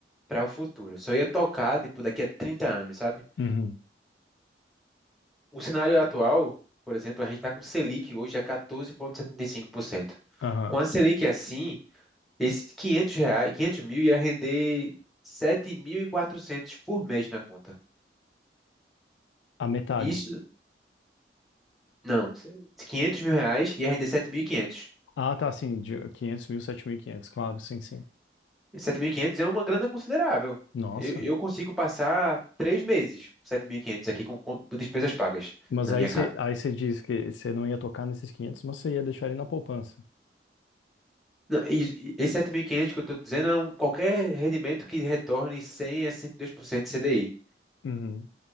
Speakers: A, in the centre; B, on the left.
A: para o futuro. Só ia tocar, tipo, daqui a 30 anos, sabe?
B: Uhum.
A: O cenário atual, por exemplo, a gente está com Selic hoje a quatorze vírgula setenta e cinco por cento.
B: Aham.
A: Com a Selic assim, esses 500 reais, 500 mil ia render 7.400 por mês na conta.
B: A metade.
A: Isso, não, Quinhentos mil reais ia render 7.500.
B: Ah, tá, sim, de 500 mil, 7.500, claro, sim, sim.
A: sete mil E quinhentos é uma grana considerável.
B: Nossa.
A: Eu, eu consigo passar três meses com 7.500 aqui com, com despesas pagas
B: Mas
A: na
B: aí
A: minha
B: você
A: casa.
B: aí você diz que você não ia tocar nesses 500, mas você ia deixar ele na poupança.
A: Não, e, e esse 7.500 que eu estou dizendo é um, qualquer rendimento que retorne 100 a 102% de CDI.
B: Uhum,